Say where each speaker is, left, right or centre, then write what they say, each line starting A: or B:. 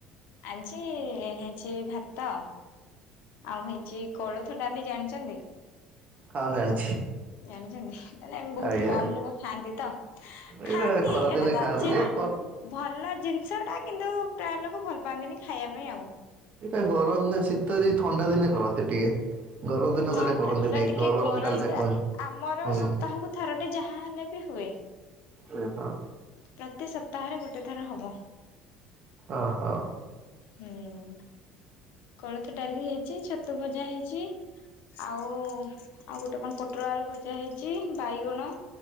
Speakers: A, on the left; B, on the right.
A: ଆଜି ହେଇଛି ଭାତ ଆଉ ହେଇଛି କୋଳଥ ଡାଲି ଜାଣିଛନ୍ତି।
B: ହଁ ଜାଣିଛି।
A: ଜାଣିଛନ୍ତି ନା ମ ବହୁତ
B: ଆଜ୍ଞା
A: କମ ଲୋକ ଖାଆନ୍ତି ତ।
B: ଏଇଟା
A: ଖାଆନ୍ତି
B: ଖରାଦିନେ
A: ଏଇଟା ତ
B: ଖାଆନ୍ତିନି
A: ଜିନ
B: ଏଇଟା
A: ଭଲ ଜିନିଷ ଟା କିନ୍ତୁ ପ୍ରାୟ ଲୋକ ଭଲ ପାଆନ୍ତିନି ଖାଇଆ ପାଇଁ ଆଉ।
B: ଏଇଟା ଗରମ ରେ ଶୀତ ଦେ ଥଣ୍ଡା ଦିନେ କରନ୍ତି ଟିକେ। ଗରମ ଦିନ
A: ହଁ
B: ତ କରନ୍ତିନି
A: ଥା ଏଇଟା ଟିକେ ଗରମ
B: ଡାଲିଟା
A: ଟା
B: କୁହନ୍ତି
A: ଆମର
B: ହୁଁ।
A: ସପ୍ତାହକୁ ଥର ଟେ ଯାହାବି ହେଲେ ବି ହୁଏ।
B: ଆରେ ହଁ।
A: ପ୍ରତି ସପ୍ତାହରେ ଗୋଟେ ଥର ହବ।
B: ଓହୋ।
A: ହୁଁ କୋଳଥ ଡାଲି ହେଇ ଛି ଛତୁ ଭଜା ହେଇଛି ଆଉ ଆଉ ଗୋଟେ କଣ ପୋ ପୋଟଳ ଆଳୁ ଭଜା ହେଇଛି ବାଇଗଣ